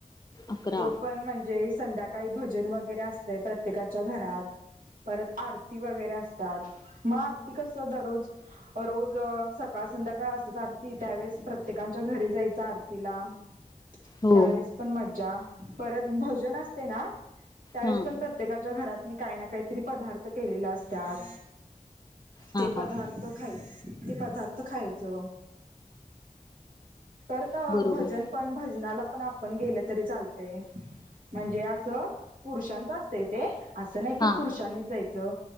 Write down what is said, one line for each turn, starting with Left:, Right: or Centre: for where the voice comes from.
Left: अकरा
Right: तो पण म्हणजे संध्याकाळी भजन वगैरे असतंय प्रत्येकाच्या घरात. परत आरती वगैरे असतात मग आरती कस दररोज रोज सकाळ संध्याकाळ असत आरती त्यावेळेस प्रत्येकांच्या घरी जायच आरतीला
Left: हो
Right: <inaudible> त्यावेेळेस पण मज्जा परत भजन असते ना त्यावेळेस
Left: हा
Right: पण प्रत प्रत्येकाच्या घरात काही ना काहीतरी पदार्थ केलेले असतात.
Left: हा
Right: ते पदार्थ
Left: हा
Right: तो खाय ते पदार्थ खायचं. करत
Left: बरोबर
Right: भजन पण भजनाला पण आपण गेलं तरी चालतेय. म्हणजे असं पुरुषांच असतंय ते असं नाही की
Left: हा
Right: पुरुषांनीच जायचं.